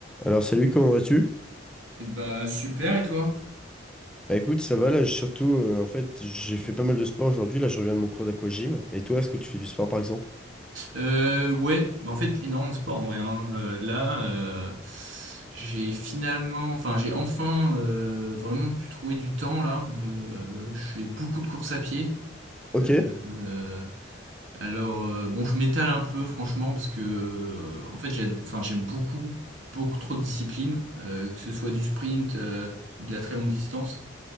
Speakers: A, in the centre; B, on the right.
A: Alors salut, comment vas-tu?
B: Bah super et toi?
A: Bah écoute, ça va là, j'ai surtout euh, en fait, j'ai fait pas mal de sport aujourd'hui, là je reviens de mon cours d'aquagym. Et toi, est-ce que tu fais du sport par exemple?
B: Euh, ouais, bah, en fait énormément de sport ouais. hein. Euh, là, euh, j'ai finalement, enfin j'ai enfin euh, vraiment pu trouver du temps là. Euh, je fais beaucoup de courses à pied.
A: OK,
B: Euh, euh, alors euh, bon, je m'étale un peu franchement parce que euh, en fait j'ai, enfin j'aime beaucoup beaucoup trop de disciplines, euh, que ce soit du sprint, euh, de la très longue distance.